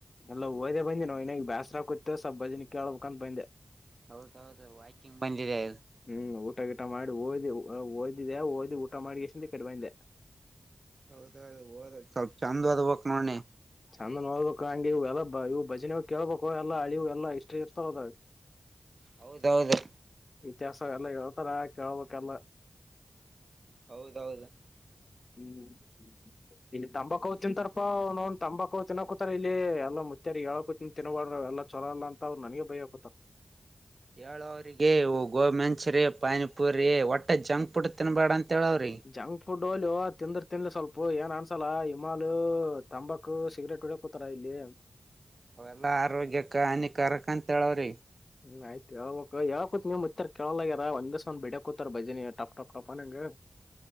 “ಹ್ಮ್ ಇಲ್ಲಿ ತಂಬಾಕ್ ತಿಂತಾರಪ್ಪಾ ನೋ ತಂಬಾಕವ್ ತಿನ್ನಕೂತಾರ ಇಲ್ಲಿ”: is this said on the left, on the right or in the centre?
Left